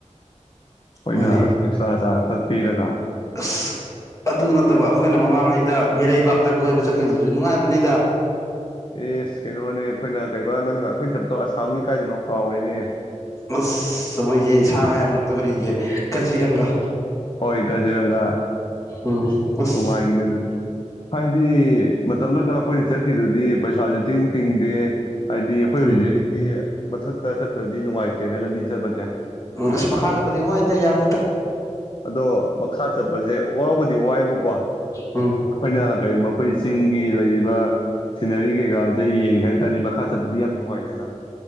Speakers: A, on the left (about 40°); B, on the left (about 25°).
A: ꯑꯩꯈꯣꯏꯅ
B: ꯍꯣꯏꯅꯦ
A: ꯑꯦꯛꯁꯇ꯭ꯔꯥ ꯆꯥꯔꯖ ꯈꯛ ꯄꯤꯔꯒ
B: ꯑꯁ ꯑꯗꯨ ꯅꯠꯇꯕ ꯑꯩꯈꯣꯏꯅ ꯃꯃꯥꯡꯉꯩꯗ ꯃꯤꯔꯩꯕꯥꯛꯇ ꯀꯣꯏꯕ ꯆꯠꯈꯤꯕꯗꯨꯁꯨ ꯅꯨꯡꯉꯥꯏꯕꯅꯤꯗ
A: ꯑꯦꯁ ꯀꯩꯅꯣꯅꯦ ꯑꯩꯈꯣꯏꯅ ꯀꯩ ꯅꯪ ꯑꯩꯈꯣꯏ ꯆꯄꯇꯣ ꯑꯁꯥꯝꯒꯤ ꯀꯥꯏꯗꯅꯣ ꯀꯥꯎꯔꯤꯅꯦ
B: ꯑꯁ ꯃꯣꯏꯒꯤ ꯁꯥꯒ ꯌꯥꯝ ꯂꯝꯕꯗ ꯀꯔꯤꯒꯤ ꯀꯖꯤꯔꯪꯒ
A: ꯍꯣꯏ ꯀꯖꯤꯔꯪꯒꯥ
B: ꯎꯝ
A: ꯑꯁ
B: ꯑꯁ
A: ꯅꯨꯡꯉꯥꯏꯈꯤꯅꯤ ꯑꯗꯨꯁꯨ ꯍꯥꯏꯗꯤ ꯃꯇꯝꯗꯨꯗ ꯑꯩꯈꯣꯏ ꯆ ꯆꯈꯤꯗꯨꯗꯤ ꯄꯩꯁꯥꯁꯨ ꯇꯤꯡ ꯇꯤꯡꯗꯦ ꯍꯥꯏꯗꯤ ꯑꯩꯈꯣꯏ
B: ꯎꯝ
A: ꯍꯧꯖꯤꯛ ꯍꯧꯖꯤꯛꯇꯤ ꯃꯊꯛ ꯆꯠꯇ꯭ꯔꯗꯤ ꯅꯨꯡꯉꯥꯏꯇ꯭ꯔꯦꯅꯦ ꯂꯝꯕꯤ ꯆꯠꯄꯁꯦ
B: ꯎꯝ ꯏꯁ ꯃꯈꯥ ꯆꯠꯄꯗꯤ ꯋꯥꯏꯗ ꯌꯥꯗꯦꯇ
A: ꯑꯗꯣ ꯃꯈꯥ ꯆꯠꯄꯁꯦ ꯋꯥꯎꯕꯗꯤ ꯋꯥꯏꯕꯀꯣ ꯑꯩꯈꯣꯏꯅ
B: ꯎꯝ
A: ꯀꯔꯤꯒꯨꯝꯕ ꯑꯩꯈꯣꯏ ꯆꯤꯡꯒꯤ ꯂꯩꯔꯤꯕ ꯁꯤꯅꯔꯤ ꯀꯩꯀꯥꯁꯦ ꯌꯦꯡꯉꯦ ꯍꯥꯏꯕ ꯇꯥꯔꯗꯤ ꯃꯈꯥ ꯆꯠꯄꯗꯤ ꯌꯥꯝ ꯅꯨꯡꯉꯥꯏꯗꯅ